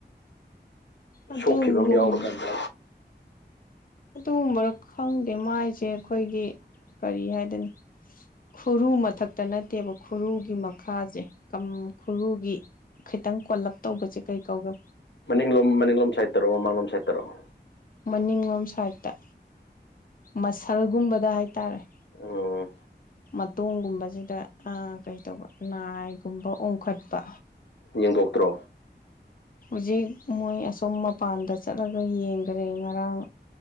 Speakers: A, on the left; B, on the left.
A: ꯑꯗꯨꯒꯨꯝ
B: ꯁꯣꯛꯈꯤꯕ ꯑꯃ ꯌꯥꯎꯔꯀꯥꯟꯗ
A: ꯑꯗꯨꯒꯨꯝꯕꯔ ꯈꯪꯗꯦ ꯃꯥꯏꯁꯦ ꯑꯩꯈꯣꯏꯒꯤ ꯀꯔꯤ ꯍꯥꯏꯗꯅꯣ ꯈꯨꯔꯨ ꯃꯊꯛꯇ ꯅꯠꯇꯦꯕ ꯈꯨꯔꯨꯒꯤ ꯃꯈꯥꯁꯦ ꯈꯨꯔꯨꯒꯤ ꯈꯤꯇꯪ ꯀꯣꯜꯂꯞ ꯇꯧꯕꯁꯦ ꯀꯩ ꯀꯧꯒ
B: ꯃꯅꯤꯡꯂꯣꯝ ꯃꯅꯤꯡꯂꯣꯝ ꯁꯥꯏꯠ ꯇꯔꯛꯑꯣ ꯃꯃꯥꯡꯂꯣꯝ ꯁꯥꯏꯠ ꯇꯧꯔꯛꯑꯣ
A: ꯃꯅꯤꯡꯂꯣꯝ ꯁꯥꯏꯠꯇ ꯃꯁꯜꯒꯨꯝꯕꯗ ꯍꯥꯏꯇꯥꯔꯦ
B: ꯎꯝ
A: ꯃꯇꯣꯡꯒꯨꯝꯕꯁꯤꯗ ꯀꯩꯗꯧꯕ ꯅꯥꯏꯒꯨꯝꯕ ꯑꯣꯡꯈꯠꯄ
B: ꯌꯦꯡꯗꯣꯛꯇ꯭ꯔꯣ
A: ꯍꯧꯖꯤꯛ ꯃꯣꯏ ꯑꯁꯣꯝ ꯃꯄꯥꯟꯗ ꯆꯠꯂꯒ ꯌꯦꯡꯈꯔꯦ ꯉꯔꯥꯡ